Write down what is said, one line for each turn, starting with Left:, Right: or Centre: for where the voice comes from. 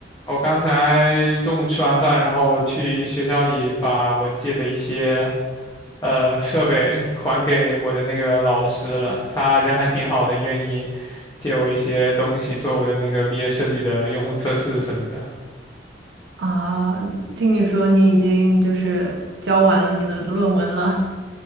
Left: 我刚才中午吃完饭，然后去学校里把我借的一些呃设备还给我的那个老师了。他人还挺好的，愿意借我一些东西做我的那个毕业设计的用户测试什么的。
Right: 啊，听你说你已经就是交完了你的论文了，